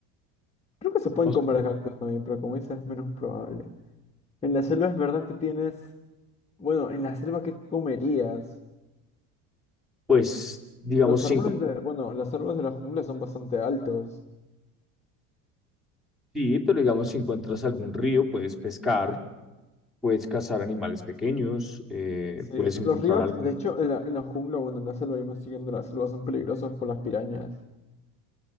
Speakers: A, on the left; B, in the centre.
A: Creo que se pueden
B: O s-
A: comer cactus también, pero como dices, es menos probable. En la selva es verdad que tienes. Bueno, en la selva, ¿qué comerías?
B: Pues, digamos,
A: Los árboles
B: si encuent-
A: de, bueno, los árboles de la jungla son bastante altos.
B: sí, pero digamos, si encuentras algún río, puedes pescar, puedes cazar animales pequeños, eh,
A: Sí,
B: puedes encontrar
A: los ríos,
B: algún...
A: de hecho, en la, en la jungla, bueno, en la selva, yo me estoy yendo a la selva, son peligrosos por las pirañas.